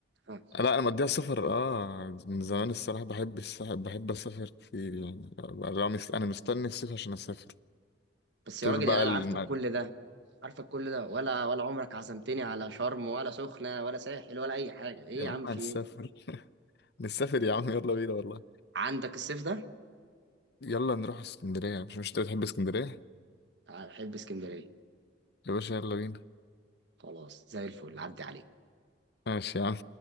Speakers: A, on the right (about 65°); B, on the left (about 60°).
A: آه.
B: لا أنا مضيع سفر آه من زمان الصراحة بحب السفر بحب أسافر كتير يعني أنا مست- أنا مستني الصيف عشان أسافر
A: بس
B: طول
A: يا راجل
B: بقى
A: يعني انا
B: الم...
A: عارفك كل ده عارفك كل ده ولا ولا عمرك عزمتني على شرم ولا سخنه ولا ساحل ولا اي حاجه ايه
B: يا
A: يا عم
B: عم
A: في
B: هنسافر
A: ايه
B: نسافر يا عم يلا بينا والله
A: عندك الصيف ده
B: يلا نروح اسكندرية مش مش انت بتحب اسكندرية
A: تعال بحب اسكندرية
B: يا باشا يلا بينا
A: خلاص زي الفل عدي عليك
B: ماشي يا عم